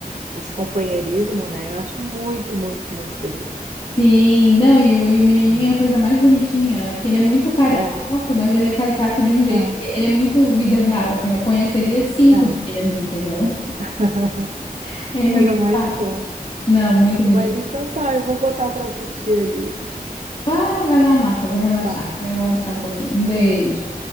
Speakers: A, on the right; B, on the left.
A: esse companheirismo, né? Eu acho muito, muito, muito bonito.
B: Sim, não, e o, e o menininho
A: né?
B: é a coisa mais bonitinha, né? Porque ele é muito caricato,
A: É,
B: mas ele é caricato de um jeito
A: aham,
B: que ele é muito vida real, assim. Eu conheceria cinco
A: é.
B: daquele ali, entendeu?
A: <laughs>
B: <laughs> É muito
A: Coisa mais
B: fácil.
A: fofa.
B: Não, muito bonito.
A: Mas então tá, eu vou botar pra assistir ali.
B: Para, vai lá, Marta, vai relaxar.
A: Tá.
B: Vai lá relaxar um pouquinho. Um beijo.